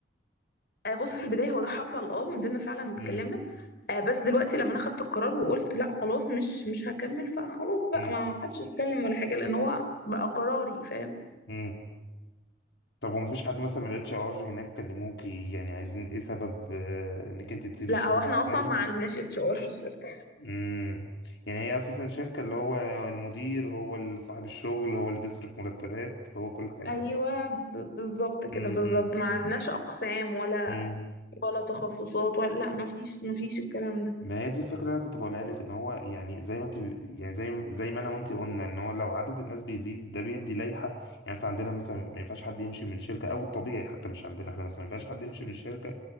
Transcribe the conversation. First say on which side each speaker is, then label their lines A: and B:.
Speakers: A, on the left; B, on the left.
A: آه بص في البداية هو ده حصل اه ونزلنا فعلا واتكلمنا
B: امم
A: آه بس دلوقتي لما انا خدت القرار وقلت لا خلاص مش مش هكمل فخلاص بقى
B: امم
A: ما حدش يتكلم ولا حاجه لان هو بقى قراري فاهم
B: امم طب وما فيش حد مثلا من الاتش ار هناك كلموكي يعني عايزين ايه سبب آه، انك انت تسيبي
A: لا
B: الشغل
A: هو احنا اصلا
B: معايا
A: ما عندناش اتش ار في الشركه
B: امم يعني هي اساسا شركة اللي هو المدير هو اللي صاحب الشغل هو اللي بيصرف مرتبات هو كل حاجة
A: ايوه
B: صح
A: ب- بالظبط كده
B: امم
A: بالظبط ما عندناش اقسام ولا
B: امم
A: ولا تخصصات ولا لا ما فيش ما فيش الكلام ده
B: ما هي دي الفكرة اللي أنا كنت بقولها لك إن هو يعني زي ما أنت يعني زي زي ما أنا وأنت قلنا إن هو لو عدد الناس بيزيد ده بيدي لائحة يعني مثلا عندنا مثلا ما ينفعش حد يمشي من شركة أو الطبيعي حتى مش عندنا إحنا بس ما ينفعش حد يمشي من الشركة